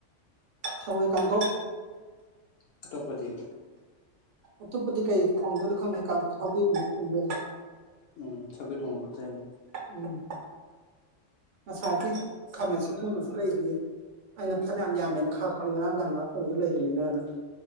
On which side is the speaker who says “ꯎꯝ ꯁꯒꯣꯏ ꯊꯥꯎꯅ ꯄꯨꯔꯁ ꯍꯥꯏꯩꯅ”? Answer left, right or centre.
Left